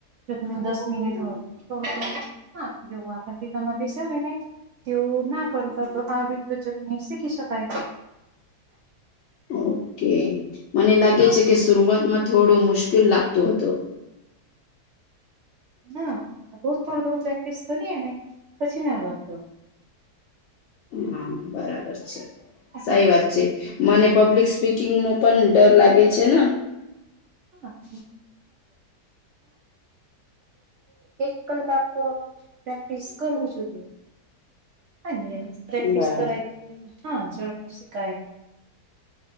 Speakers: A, on the right; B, on the left.
A: જો ત દસ મિનિટ હોય તોડ. હા જો આપ <unintelligible> <unintelligible> તેઓ ના કરતા તો આ વિડીયો જોઈને શીખી શકાય.
B: ઓકે મને લાગે
A: હા
B: છે કે શરૂઆતમાં થોડું મુશ્કેલ લાગતું હતું.
A: ના રોજ થોડું થોડું પ્રેક્ટિસ કરીએ ને પછી ના લખતો.
B: હા બરાબર છે
A: હા
B: સારી વાત છે. મને પબ્લિક સ્પીકિંગનું પણ ડર લાગે છે ને.
A: <unintelligible> એક કલાક પ્રેક્ટિસ કરવું જોઈએ નિયમિત પ્રેક્ટિસ
B: બા
A: કરાય હતી હા જલ્દી શિકાય.